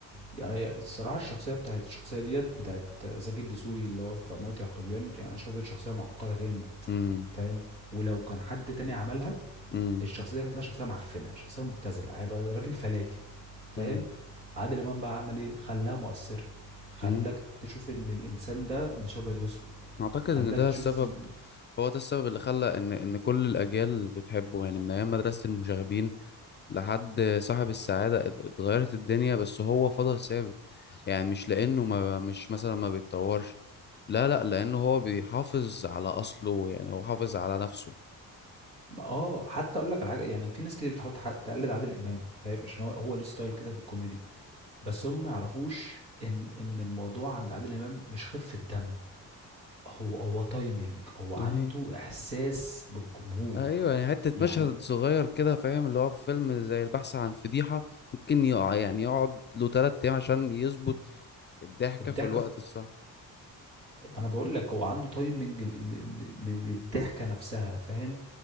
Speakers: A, on the right; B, on the left.
A: يعني الصراحة الشخصية بتاعت الشخصية ديت بتاعت زكي الدسوقي اللي هو في عمارة يعقوبيان يعني أنا شايف ديت شخصية معقدة جامد
B: مم.
A: فاهم ولو كان حد تاني عملها
B: امم
A: الشخصية دي كانت لها شخصية معفنة شخصية مبتذلة هيبقى راجل فلاتي فاهم
B: امم
A: عادل إمام بقى عمل ايه خلاها مؤثرة خلاك
B: امم
A: تشوف ان الانسان ده مش ابيض واسود
B: اعتقد
A: خلاك
B: ان ده
A: تشوف
B: السبب
A: ال-
B: هو ده السبب اللي خلى ان ان كل الاجيال بتحبه يعني من ايام مدرسة المشاغبين لحد صاحب السعادة ات- اتغيرت الدنيا بس هو فضل ثابت يعني مش لانه ما مش مثلا ما بيتطورش لا لا لانه هو بيحافظ على اصله يعني هو حافظ على نفسه
A: اه حتى اقول لك على حاجه يعني في ناس كتير بتحاول تح- تقلد عادل امام فاهم عشان هو هو ليه ستايل كده في الكوميدي بس هم ما يعرفوش ان ان الموضوع عند عادل امام مش خفه دم هو هو تايمنج هو عنده
B: هي.
A: احساس بالجمهور
B: ايوه يعني حته
A: يعني
B: مشهد صغير كده فاهم اللي هو في فيلم زي البحث عن فضيحه ممكن يقع يعني يقعد له تلات ايام عشان يظبط الضحكة
A: الضحكه
B: في الوقت
A: في...
B: الصح
A: ما انا بقول لك هو عنده تايمنج لل- لل- لل- للضحكه نفسها فاهم